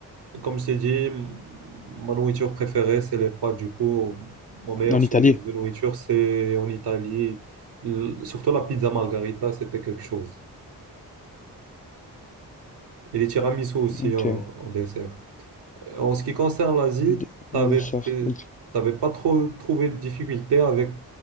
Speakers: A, on the right; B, on the left.
A: comme je t'ai dit, m- ma nourriture préférée, c'est les pâtes. Du coup, mon meilleur
B: En
A: souvenir
B: Italie?
A: de nourriture, c'est en Italie. L- Surtout la pizza margarita, c'était quelque chose. Et les tiramisu aussi
B: Ok.
A: en en dessert. En ce qui concerne l'Asie,
B: D-
A: t'avais,
B: ouais, ça,
A: t'es-
B: ok.
A: t'avais pas trop trouvé de difficultés avec